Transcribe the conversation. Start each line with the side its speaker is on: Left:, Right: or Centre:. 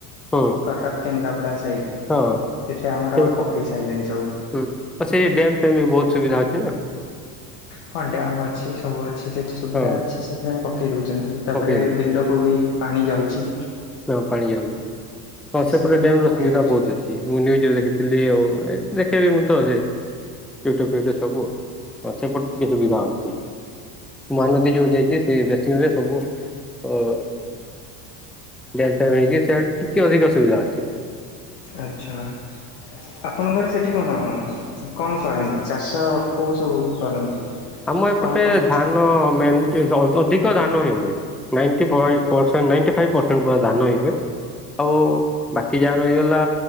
Centre: ହଁ
Left: କଟକ କେନ୍ଦ୍ରାପଡ଼ା ସାଇଟ୍,
Centre: ହଁ
Left: ସେଠି ଆମର
Centre: ସେଇ
Left: ପକେଇ ସାରିଲେଣି ସବୁ।
Centre: ହୁଁ, ଆଛା ଏଇ ଡ୍ୟାମଫ୍ୟାମ୍ ବି ବହୁତ ସୁବିଧା ଅଛି ନା?
Left: ହଁ ଡ୍ୟାମ୍ ଅଛି ସବୁ ଅଛି ସେଠି ସୁବିଧା
Centre: ହଁ
Left: ଅଛି ସେଥିପାଇଁ ପକେଇ ଦଉ ଛନ୍ତି, ତାପରେ
Centre: ପକେଇ ଦେଇଛନ୍ତି
Left: ବିଲକୁ ବି ପାଣି ଯାଉଛି।
Centre: ହଁ ପାଣି ଯାଉଛି। ହଁ ସେପଟେ
Left: ସେଥିପାଇଁ
Centre: ଡ୍ୟାମର
Left: ପକେଇ
Centre: ସୁବିଧା
Left: ଦଉଛି
Centre: ବହୁତ ଅଛି ମୁଁ ନିଜେ ଦେଖିଥିଲି ଆଉ ଏ ଦେଖେଇବି ମୁଁ ତ ଯେ ୟୁଟ୍ୟୁବଫ୍ୟୁଟୁବ୍ ସବୁ ଆଉ, ହଁ ସେପଟେ ଟିକେ ସୁବିଧା ଅଛି। ମହାନଦୀ ଯୋଉ ଯାଇଛି ସେ ବେସିଙ୍ଗରେ ସବୁ ଅ-ଅ-ଅ <unintelligible> ସେଆଡେ ଟିକେ ଅଧିକ ସୁବିଧା ଅଛି।
Left: ଆଚ୍ଛା। ଆପଣଙ୍କର ସେଠି କଣ, କଣ କରନ୍ତି ଚାଷ କୋଉ ସବୁ କରନ୍ତି?
Centre: ଆମ ଏପଟେ
Left: କଣ କଣ
Centre: ଧାନ ମେନ୍ ବହୁତ ଅଧିକ ଧାନ ହିଁ ହୁଏ। ନାଇଣ୍ଟି ଫାଇବ୍
Left: ଆଚ୍ଛା
Centre: ପରସେଣ୍ଟ୍ ନାଇଣ୍ଟି ଫାଇବ୍। ପରସେଣ୍ଟ ପୁରା ଧାନ ହିଁ ହୁଏ, ଆଉ-ଉ-ଉ ବାକି ଯାହା ରହିଗଲା